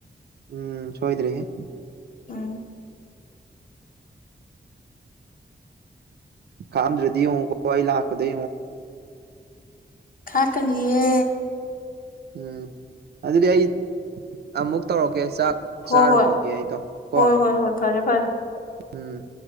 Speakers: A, on the right; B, on the left.
A: ꯎꯝ ꯁꯣꯏꯗ꯭ꯔꯦꯍꯦ
B: ꯎꯝ
A: ꯀꯥꯝꯗꯗꯤ ꯀ ꯏꯩ ꯂꯥꯛꯀꯗꯨ
B: ꯈꯥꯛꯀꯅꯤꯌꯦ
A: ꯎꯝ ꯑꯗꯨꯗꯤ ꯑꯩ ꯑꯃꯨꯛ ꯇꯧꯔꯛꯀꯦ ꯆꯥꯛ
B: ꯍꯣꯏ
A: ꯆꯥꯔꯨꯒꯤꯒꯦ
B: ꯍꯣꯏ
A: ꯑꯩꯗꯣ ꯀꯣ
B: ꯍꯣꯏ ꯍꯣꯏ ꯍꯣꯏ ꯐꯔꯦ ꯐꯔꯦ
A: ꯎꯝ